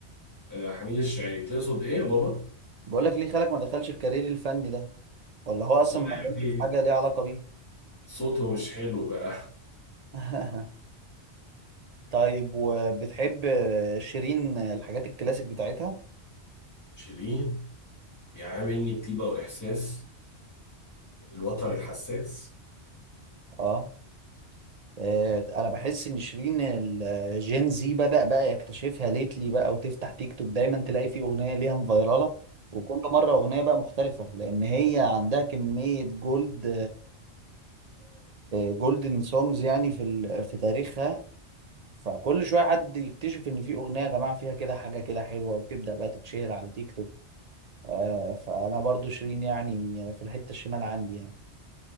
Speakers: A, on the left; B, on the right.
A: آه، حميد الشاعري تقصد إيه يا بابا؟
B: بقول لك ليه خالك ما دخلش الكارير الفني ده ولا هو اصلا
A: لا
B: ما
A: يعني
B: كانش في حاجه ليها علاقه بيه
A: صوته مش حلو بقى
B: <laughs> طيب وبتحب شيرين الحاجات الكلاسيك بتاعتها
A: <laughs> شيرين يا عم إني طيبة وإحساس الوتر الحساس
B: اه آه، انا بحس ان شيرين الجين زي بدأ بقى يكتشفها ليتلي بقى وتفتح تيك توك دايما تلاقي فيه اغنيه ليها مفيراله وكل مره اغنيه بقى مختلفه لان هي عندها كميه جولد جولدن سونجز يعني في ال- في تاريخها فكل شويه حد يكتشف ان في اغنيه يا جماعه فيها كده حاجه كده حلوه وتبدأ بقى تتشهر على تيك توك آه فانا برضو شيرين يعني في الحته الشمال عندي يعني